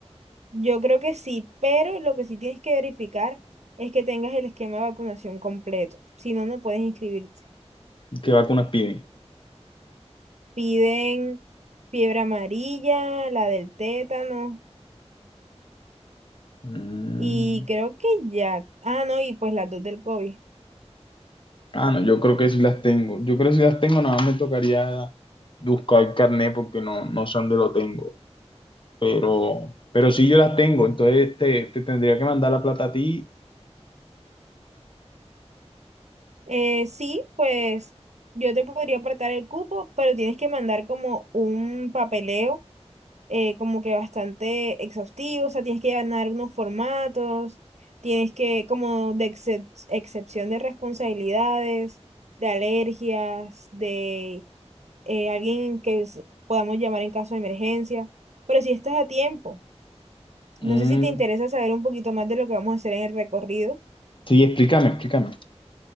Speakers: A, on the right; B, on the left.
A: Yo creo que sí, pero lo que sí tienes que verificar es que tengas el esquema de vacunación completo. Si no, no puedes inscribirte.
B: ¿Qué vacunas piden?
A: Piden fiebre amarilla, la del tétano
B: Mm.
A: y creo que ya. Ah, no, y pues las dos del COVID.
B: Ah, no, yo creo que sí las tengo. Yo creo que sí las tengo, nada más me tocaría buscar el carnet porque no, no sé dónde lo tengo. pero, pero sí yo las tengo, entonces te, te tendría que mandar la plata a ti.
A: Eh, sí, pues yo te podría apartar el cupo, pero tienes que mandar como un papeleo, eh, como que bastante exhaustivo, o sea, tienes que llenar unos formatos, tienes que, como de excep- excepción de responsabilidades, de alergias, de eh, alguien que s- podamos llamar en caso de emergencia, pero si estás a tiempo.
B: Mm,
A: No sé si te interesa saber un poquito más de lo que vamos a hacer en el recorrido.
B: sí, explícame, explícame.